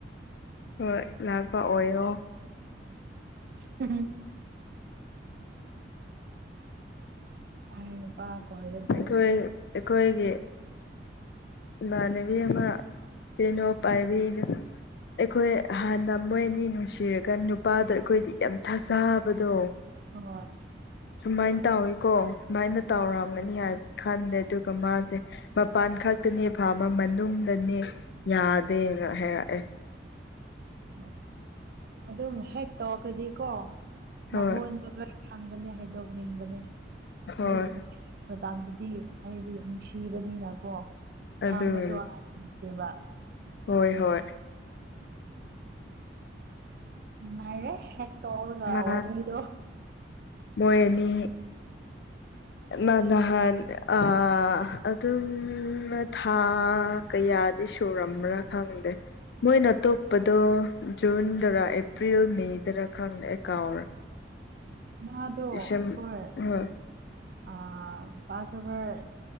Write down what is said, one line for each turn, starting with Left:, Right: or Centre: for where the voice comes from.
Left: ꯍꯣꯏ ꯂꯥꯛꯄ ꯑꯣꯏꯌꯣ
Right: <inaudible> ꯑꯩ ꯀꯣꯏꯔꯗꯤ
Left: ꯑꯩꯈꯣꯏ ꯑꯩꯈꯣꯏꯒꯤ ꯏꯃꯥꯟꯅꯕꯤ ꯑꯃ ꯄꯦꯅꯣ ꯄꯥꯏꯕꯤꯗ ꯑꯩꯈꯣꯏ ꯍꯥꯟꯅ ꯃꯣꯏ ꯑꯅꯤ ꯅꯨꯡꯁꯤꯔꯒ ꯅꯨꯄꯥꯗꯣ ꯑꯩꯈꯣꯏꯗꯤ ꯌꯥꯝ ꯊꯥꯖꯕꯗꯣ
Right: ꯍꯣꯏ
Left: ꯁꯨꯃꯥꯏꯅ ꯇꯧꯋꯤꯀꯣ ꯁꯨꯃꯥꯏꯅ ꯇꯧꯔꯝꯒꯅꯤ ꯍꯥꯏꯕꯁꯦ ꯈꯟꯗꯦ ꯑꯗꯨꯒ ꯃꯥꯁꯦ ꯃꯄꯥꯟ ꯈꯛꯇꯅꯦ ꯐꯥꯕ ꯃꯅꯨꯡꯗꯅꯦ ꯌꯥꯗꯦꯅ ꯍꯥꯏꯔꯛꯑꯦ
Right: ꯍꯣꯏ ꯑꯗꯨꯝ ꯍꯦꯛ ꯇꯧꯔꯈ꯭ꯔꯗꯤꯀꯣ
Left: ꯍꯣꯏ
Right: ꯃꯉꯣꯟꯗ ꯂꯣꯏ ꯍꯪꯕꯅꯦ ꯍꯥꯏꯗꯣꯛꯅꯤꯡꯕꯅꯦ
Left: ꯍꯣꯏ
Right: ꯍꯥꯏꯗꯤ ꯃꯇꯝꯗꯨꯗꯤ ꯑꯩꯗꯤ ꯅꯨꯡꯁꯤꯕꯅꯤꯅꯀꯣ ꯈꯥꯡꯉꯁꯨ
Left: ꯑꯗꯨꯅꯤ
Right: ꯑꯦꯕ
Left: ꯍꯣꯏ ꯍꯣꯏ
Right: ꯃꯥꯏꯔꯦ ꯍꯦꯛ ꯇꯧꯔꯒ
Left: ꯃꯥ
Right: ꯋꯥꯔꯤꯗꯣ
Left: ꯃꯣꯏ ꯑꯅꯤ
Right: <inaudible>
Left: ꯅꯥ ꯅꯍꯥꯟ ꯑꯥ ꯑꯗꯨꯝ ꯊꯥꯛ ꯀꯌꯥꯗꯤ ꯁꯨꯔꯝꯕ꯭ꯔꯥ ꯈꯪꯗꯦ ꯃꯣꯏꯅ ꯇꯣꯛꯄꯗꯣ ꯖꯨꯟꯗꯔ ꯑꯦꯄ꯭ꯔꯤꯜ ꯃꯦꯗꯔ ꯈꯪꯗꯦ ꯑꯩ ꯀꯥꯎꯔꯦ
Right: ꯃꯥꯗꯣ
Left: ꯁꯦꯝ
Right: ꯑꯩꯈꯣꯏ
Left: ꯍꯣꯏ
Right: ꯑꯥ ꯄꯥꯁꯨ ꯍꯣꯏ